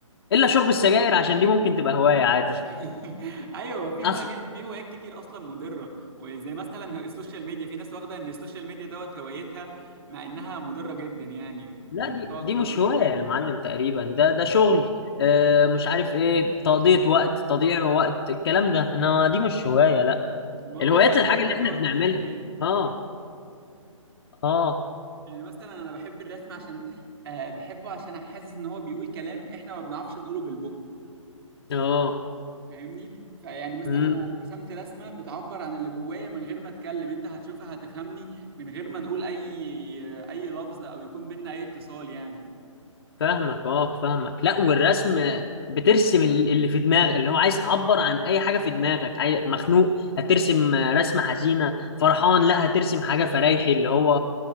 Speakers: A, on the left; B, on the right.
A: الا شرب السجاير عشان دي ممكن تبقى هواية عادي
B: <laughs> ايوه في
A: اصل
B: هوايات في هوايات كتير اصلا مضره وزي مثلا السوشيال ميديا في ناس واخده ان السوشيال ميديا دوت هوايتها مع انها مضره جدا يعني وانت
A: لا دي
B: تقعد
A: دي
B: قدام
A: مش
B: السوشيال
A: هواية
B: ميديا
A: يا معلم تقريبا ده ده شغل آه مش عارف ايه تقضية وقت تضييع وقت الكلام ده انما دي مش هواية لا
B: ما
A: الهوايات
B: هو بقى
A: الحاجة
B: اي حاجه
A: اللي احنا
B: وقت
A: بنعملها
B: التسليه
A: اه اه
B: يعني مثلا انا بحب الرسم عشان آه بحبه عشان حاسس ان هو بيقول كلام احنا ما بنعرفش نقوله بالبق
A: اه
B: فاهمني فيعني مثلا
A: مم.
B: انا لو رسمت رسمه بتعبر عن اللي جوايا من غير ما اتكلم انت هتشوفها هتفهمني من غير ما نقول اي اي لفظ او يكون بينا اي اتصال يعني
A: فاهمك اه فاهمك لا والرسم بترسم ال- اللي في دماغك اللي هو عايز تعبر عن اي حاجه في دماغك عاي... مخنوق هترسم رسمه حزينه فرحان لا هترسم حاجه فرايحي اللي هو